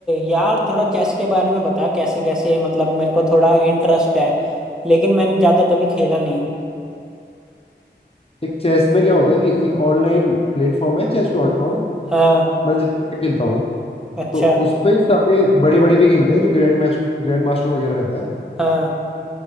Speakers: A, in the centre; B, on the left.
A: यार थोड़ा चेस के बारे में बता कैसे कैसे मतलब मेरे को थोड़ा इंटरेस्ट है लेकिन मैंने ज़्यादा कभी खेला नहीं हूँ
B: एक चेस में क्या होता है कि एक ऑनलाइन प्लेटफॉर्म है चेस डॉट कॉम
A: हाँ
B: मैं जिसपे मैं खेलता हूँ
A: अच्छा
B: तो उस पे सारे बड़े बड़े भी खेलते हैं जो ग्रैंड मास्टर ग्रैंड मास्टर वगैरह रहते हैं
A: हाँ